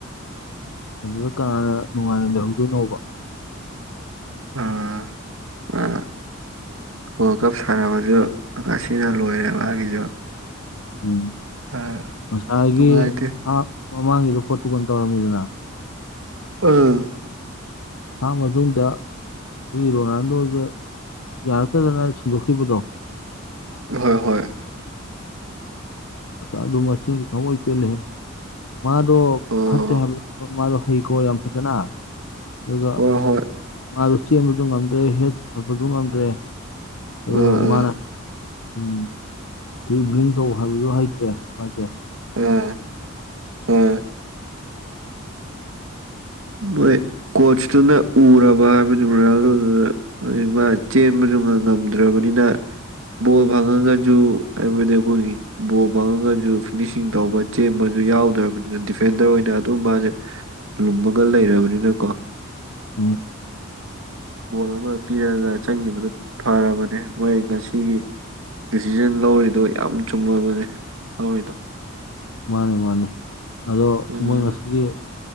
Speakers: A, on the left (about 80°); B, on the right (about 70°).
A: ꯑꯗꯨꯗ ꯀꯅꯥꯅ ꯅꯨꯡꯉꯥꯏꯅ ꯂꯩꯍꯧꯗꯣꯏꯅꯣꯕ
B: ꯑꯥ ꯑꯥ ꯋꯥꯔꯜ ꯀꯞ ꯁꯥꯟꯅꯕꯁꯨ ꯉꯁꯤꯅ ꯂꯣꯏꯔꯦ ꯃꯥꯒꯤꯁꯨ
A: ꯎꯝ
B: ꯑꯥ
A: ꯃꯁꯥꯏꯒꯤ
B: ꯅꯨꯡꯉꯥꯏꯇꯦ
A: ꯍꯥ ꯃꯃꯥꯡꯒꯤꯗꯣ ꯄꯣꯠꯇꯨ ꯀꯅ ꯇꯧꯔꯝꯃꯤꯗꯅ
B: ꯎꯝ
A: ꯍꯥꯥ ꯃꯖꯨꯝꯗ ꯑꯩꯈꯣꯏꯒꯤ ꯔꯣꯅꯥꯜꯗꯣꯁꯦ ꯌꯥꯔꯛꯇꯗꯅ ꯁꯤꯟꯗꯣꯛꯈꯤꯕꯗꯣ
B: ꯍꯣꯏ ꯍꯣꯏ
A: ꯁꯥꯨ ꯃ ꯈꯃꯣ ꯄꯤꯂꯦ ꯍꯦ ꯃꯥꯗ
B: ꯑꯣ
A: ꯐꯠꯇꯦ ꯃꯥꯗꯣ ꯍꯩꯀꯣ ꯌꯥꯝ ꯐꯖꯅ ꯑꯗꯨꯒ
B: ꯍꯣꯏ ꯍꯣꯏ
A: ꯃꯥꯗꯨ ꯆꯦꯟꯕꯁꯨ ꯉꯝꯗ꯭ꯔꯦ ꯍꯦ ꯈꯠꯄꯁꯨ ꯉꯝꯗ꯭ꯔꯦ ꯑ
B: ꯑꯥ ꯑꯥ
A: ꯑꯃꯅ ꯎꯝ ꯇꯔꯤꯚꯂꯤꯡ ꯇꯧ ꯍꯥꯏꯕꯁꯨ ꯍꯩꯇ꯭ꯔꯦ ꯃꯥꯁꯦ
B: ꯎꯝ ꯎꯝ
A: <inaudible>
B: ꯣꯏ ꯀꯣꯆꯇꯨꯅ ꯎꯔꯕ ꯍꯥꯏꯕꯗꯤ ꯃꯜꯗꯨꯅ ꯃꯥ ꯆꯦꯟꯕꯁꯨ ꯉ ꯉꯝꯗ꯭ꯔꯕꯅꯤ ꯑꯅꯥ ꯕꯣꯜ ꯐꯪꯉꯒꯁꯨ ꯍꯥꯏꯕꯗꯤ ꯑꯩꯈꯣꯏꯒꯤ ꯕꯣꯜ ꯐꯪꯉꯒꯁꯨ ꯐꯤꯅꯤꯁꯤꯡ ꯇꯧꯕ ꯆꯕꯁꯨ ꯁꯨ ꯌꯥꯎꯗ꯭ꯔꯕꯅꯤꯅ ꯗꯤꯐꯦꯟꯗꯔ ꯑꯣꯏꯅ ꯑꯗꯨ ꯃꯥꯁꯦ ꯂꯨꯝꯃꯒ ꯂꯩꯔꯕꯅꯤꯅꯀꯣ ꯑ
A: ꯎꯝ
B: ꯒꯣꯜ ꯑꯃ ꯄꯤꯔꯒ ꯆꯪꯈꯤꯕꯗꯨ ꯐꯔꯕꯅꯦ ꯃꯣꯏ ꯉꯁꯤꯒꯤ ꯗꯤꯁꯤꯖꯟ ꯂꯧꯔꯤꯗꯣ ꯌꯥꯝ ꯆꯨꯝꯃꯕꯅꯦ ꯂꯧꯔꯤꯗꯣ
A: ꯃꯥꯅꯤ ꯃꯥꯅꯤ ꯑꯗꯣ
B: ꯎꯝ
A: ꯃꯣꯏ ꯉꯁꯤꯒꯤ